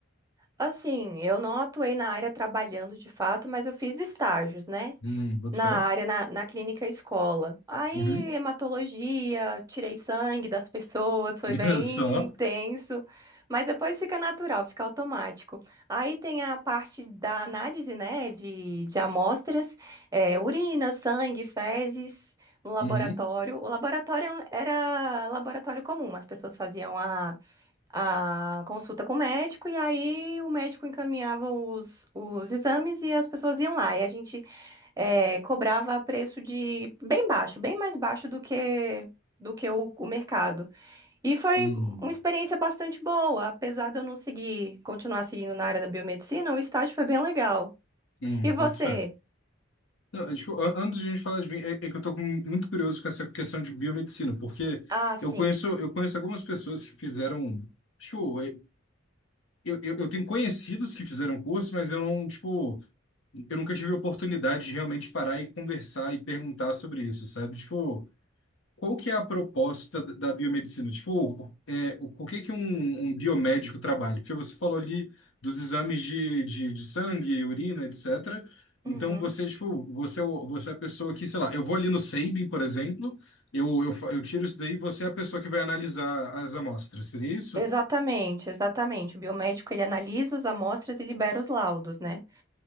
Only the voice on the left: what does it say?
Hum, boto
fé.
Uhum.
<laughs>
Só.
Uhum.
Hum,
hum,
boto fé. Não, é, tipo, a- antes de a gente falar de mim, é, é que eu tô com- muito curioso com essa questão de biomedicina, porque
eu conheço, eu conheço algumas pessoas que fizeram. Show. Eu, eu, eu tenho conhecidos que fizeram curso, mas eu não, tipo, eu nunca tive a oportunidade de realmente parar e conversar e perguntar sobre isso, sabe? Tipo, qual que é a proposta da da biomedicina? Tipo, é, o por que que um, um biomédico trabalha? Porque você falou ali dos exames de, de, de sangue, urina, etc.
Então você, tipo, você, é o- você é a pessoa que, sei lá, eu vou ali no Sabin, por exemplo, eu, eu, fa- eu tiro isso daí e você é a pessoa que vai analisar as amostras, seria isso?